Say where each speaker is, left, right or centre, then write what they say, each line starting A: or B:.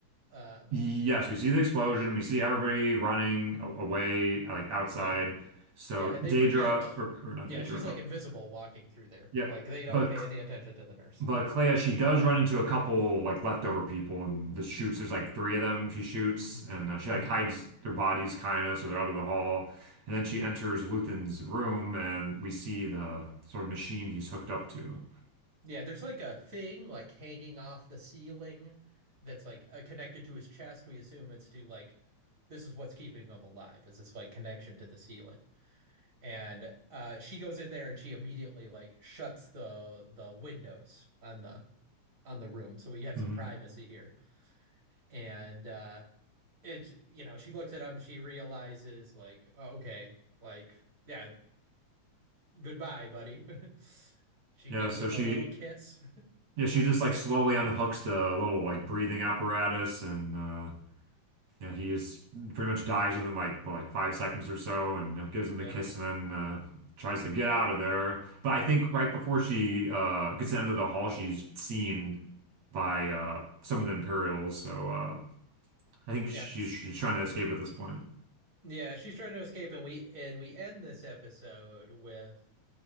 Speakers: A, on the right; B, on the right.
A: Um,
B: Yes, we see the explosion. We see everybody running a- away, like outside.
A: yeah,
B: So
A: yeah, and they
B: Daedra,
A: forget.
B: or, or not
A: Yeah,
B: Daedra,
A: she's like invisible
B: uh,
A: walking through there.
B: yeah,
A: Like they don't
B: but
A: pay any attention to the nurse.
B: but Clea, she does run into a couple like leftover people, and this shoots. There's like three of them. She shoots,
A: Mm-hmm.
B: and uh, she like
A: Mm-hmm.
B: hides their bodies, kind of, so they're out of the hall. And then she enters Luthen's room, and we see the sort of machine he's hooked up to.
A: Yeah, there's like a thing like hanging off the ceiling that's like uh, connected to his chest. We assume it's to like this is what's keeping him alive, is this like connection to the ceiling. And uh she goes in there and she immediately like shuts the the windows on the on the room. So we have
B: hmm
A: some privacy here. And uh it's you know she looks at him she realizes like oh, okay like yeah goodbye buddy <laughs> she
B: Yeah,
A: gives
B: so
A: him
B: she,
A: a little kiss
B: yeah, she just like slowly unhooks the little like breathing apparatus, and uh, Yeah, he is pretty much dies within like well, like five seconds or so, and uh, gives him
A: yep
B: the kiss, and then uh, tries to get out of there. But I think
A: yep
B: right before she uh, gets to the end of the hall, she's seen by uh, some of the Imperials. So uh, I think she's,
A: yeah s-
B: she's trying to escape at this point.
A: yeah she's trying to escape and we and we end this episode with